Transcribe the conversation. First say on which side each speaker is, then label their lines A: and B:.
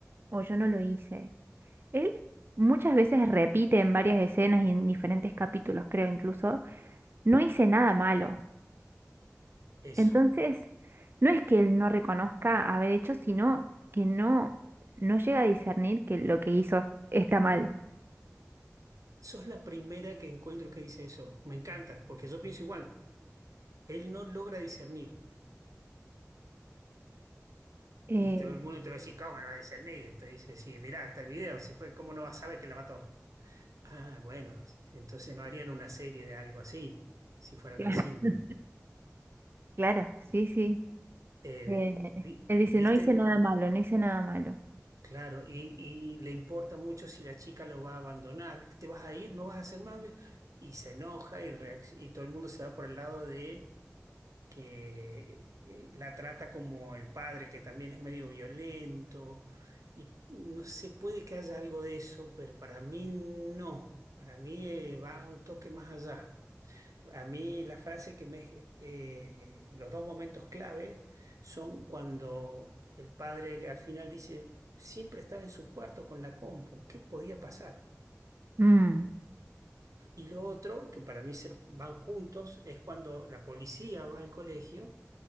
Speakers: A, on the right (about 45°); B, on the right (about 80°).
A: o yo no lo hice. Él muchas veces repite en varias escenas y en diferentes capítulos, creo incluso, no hice nada malo.
B: eso.
A: Entonces, no es que él no reconozca haber hecho, sino que no, no llega a discernir que lo que hizo está mal.
B: Sos la primera que encuentro que dice eso. Me encanta, porque yo pienso igual. Él no logra discernir.
A: Eh,
B: Y todo el mundo te va a decir, ¿cómo no va a discernir? Te dice, sí, mirá, está el video, si fue, ¿cómo no vas a saber que la mató? Ah, bueno, entonces no harían una serie de algo así, si fuera
A: claro.
B: tan simple.
A: <laughs> Claro, sí, sí.
B: Eh,
A: eh,
B: vi-
A: Él
B: viste,
A: dice, no hice
B: el-
A: nada malo, no hice nada malo.
B: claro, y, y le importa mucho si la chica lo va a abandonar, te vas a ir, no vas a hacer más, y se enoja y, reacc- y todo el mundo se va por el lado de que eh, la trata como el padre, que también es medio violento, y no sé, puede que haya algo de eso, pero para mí no, para mí eh, va un toque más allá. A mí las frases que me... eh, los dos momentos claves son cuando el padre al final dice, siempre estaba en su cuarto con la compu, ¿qué podía pasar?
A: Mm,
B: Y lo otro, que para mí se van juntos, es cuando la policía va al colegio